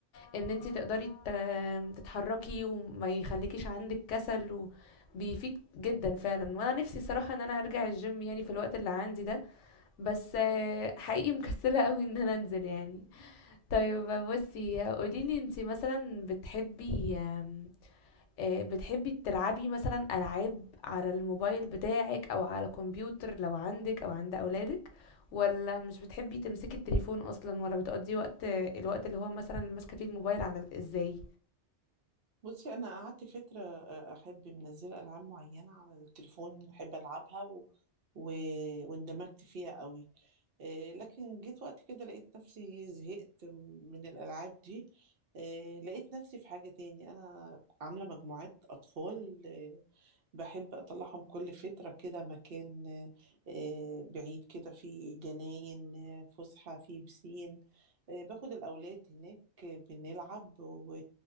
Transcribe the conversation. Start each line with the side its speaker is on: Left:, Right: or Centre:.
Left: إن أنتي تقدري ت- تتحركي وما يخليكيش عندك كسل وبيفيد جدا فعلا وأنا نفسي الصراحة إن أنا أرجع الجيم يعني في الوقت اللي عندي ده بس آه، حقيقي مكسلة قوي إن أنا أنزل يعني طيب بصي قوليلي انتي مثلا بتحبي آم، آه، بتحبي تلعبي مثلا ألعاب على الموبايل بتاعك أو على كمبيوتر لو عندك أو عند أولادك ولا مش بتحبي تمسكي التليفون أصلا ولا بتقضي وقت الوقت اللي هو مثلا ماسكة فيه الموبايل على ازاي
Right: بصي انا قعدت فتره آه، احب منزله العاب معينه على التليفون احب العبها و... و... واندمجت فيها قوي آه، لكن جيت وقت كده لقيت نفسي زهقت من الالعاب دي آه، لقيت نفسي في حاجه تاني انا عامله مجموعات اطفال باحب أطلّعهم كل فترة كده مكان آآ بعيد كده فيه جناين، آه، فُسحة، فيه بيسين. آآ باخد الأولاد هناك آه، بنلعب و